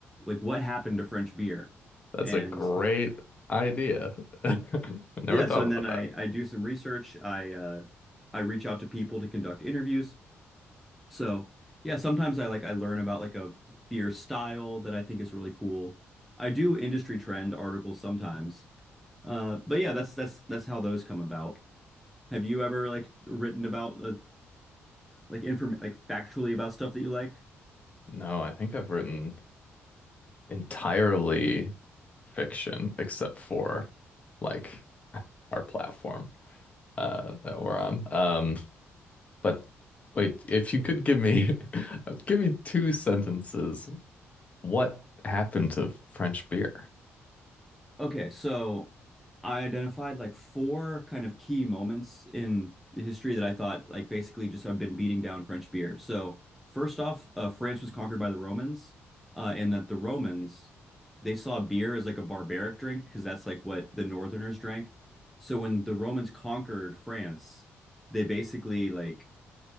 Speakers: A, in the centre; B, on the left.
A: like what happened to French beer,
B: That's
A: and
B: a great idea. <laughs> Never
A: yeah.
B: thought
A: So and
B: about
A: then I
B: that.
A: I do some research. I uh, I reach out to people to conduct interviews. So yeah, sometimes I like I learn about like a beer style that I think is really cool. I do industry trend articles sometimes, uh, but yeah, that's that's that's how those come about. Have you ever like written about uh, like inform like factually about stuff that you like?
B: No, I think I've written entirely fiction except for like our platform uh, that we're on. Um, but wait, if you could give me <laughs> give me two sentences, what happened to French beer?
A: Okay, so I identified like four kind of key moments in history that I thought like basically just have been beating down French beer. So first off, uh, France was conquered by the Romans, uh, and that the Romans they saw beer as like a barbaric drink because that's like what the Northerners drank. So when the Romans conquered France, they basically like